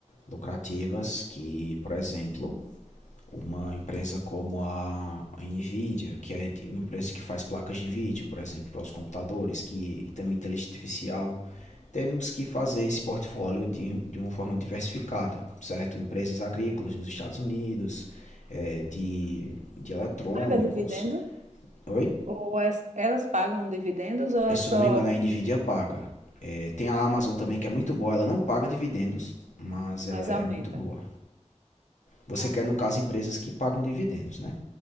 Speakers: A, on the left; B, on the right.
A: Lucrativas que, por exemplo, uma empresa como a Nvidia, que é uma empresa que faz placas de vídeo, por exemplo, para os computadores, que e também inteligência artificial, temos que fazer esse portfólio de, de uma forma diversificada, certo? Empresas agrícolas nos Estados Unidos, eh, de, de eletrônicos.
B: Paga dividendo?
A: Oi?
B: Ou é- elas pagam dividendos ou é
A: se
B: só,
A: eu não me engano, a Nvidia paga. É, tem a Amazon também que é muito boa, ela não paga dividendos, mas ela
B: mas aumenta?
A: é muito boa. Você
B: Ah,
A: quer,
B: tá.
A: no caso, empresas que pagam dividendos, né?